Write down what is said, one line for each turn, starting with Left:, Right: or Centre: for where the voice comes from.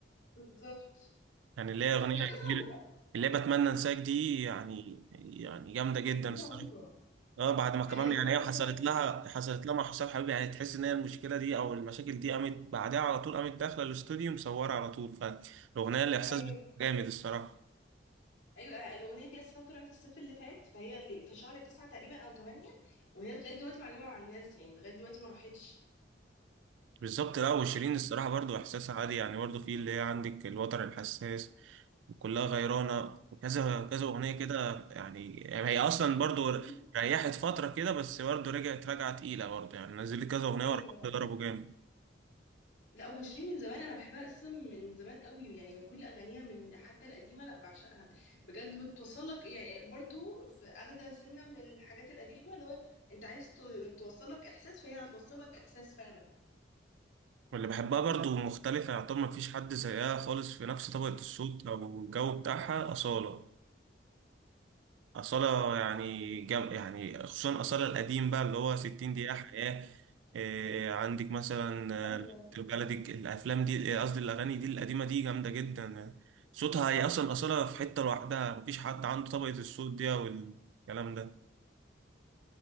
Left: بالظبط
Right: يعني اللي هي اغنيه
Left: وحاجة
Right: كتير
Left: طالعة
Right: اللي هي بتمنى انساك دي يعني يعني جامده جدا
Left: دي
Right: الصراحه
Left: رهيبة
Right: اه بعد ما كمان
Left: هي لغاية
Right: يعني هي حصلت
Left: دلوقتي
Right: لها حصلت لها مع حسام حبيبي يعني تحس ان هي المشكله دي او المشاكل دي قامت بعدها على طول قامت داخله الاستوديو مصوره على طول فالاغنيه الاحساس
Left: أيوه
Right: جامد الصراحه
Left: أيوه الأغنية دي أساسا طلعت الصيف اللي فات فهي اللي في شهر تسعة تقريبا أو تمانية وهي لغاية دلوقتي معلمة مع الناس يعني لغاية دلوقتي ما راحتش
Right: بالظبط لا وشيرين الصراحه برضو احساسها عالي يعني برضو في اللي هي عندك الوتر الحساس وكلها غيرانة وكذا كذا أغنية كده يعني, يعني هي أصلا برضو
Left: <laughs>
Right: ريحت فترة كده بس برضو رجعت راجعة تقيلة برضو يعني نزلت كذا أغنية
Left: ايوه
Right: ورا بعض ضربوا جامد
Left: لا وشيرين من زمان أنا بحبها أساسا من زمان قوي يعني من كل أغانيها من حتى القديمة لا بعشقها بجد بتوصلك يعني برضو في أخدة سنة من الحاجات القديمة اللي هو أنت عايز ت- توصلك إحساس فهي هتوصلك إحساس فعلا
Right: واللي بحبها برضو مختلفة يعتبر مفيش حد زيها خالص في نفس طبقة الصوت أو الجو بتاعها أصالة أصالة يعني جم... يعني خصوصا أصالة القديم بقى اللي هو 60 دقيقة حياة إيه عندك مثلا
Left: ايوه
Right: آه، البلدي الأفلام دي آه، قصدي الأغاني دي القديمة دي جامدة جدا آه، صوتها هي أصلا أصالة في حتة لوحدها مفيش حد عنده طبقة الصوت دي والكلام ده